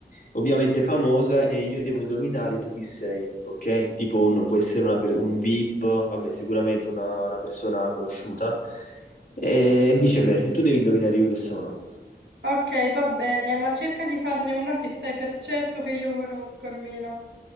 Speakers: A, on the left; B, on the right.
A: ovviamente famosa, e io devo indovinare tu chi sei, ok? Tipo un, può essere una per- un VIP, vabbè, sicuramente una, una persona conosciuta, e viceversa, e tu devi indovinare io che sono.
B: Ok, va bene, ma cerca di farne una che sai per certo che io conosco almeno.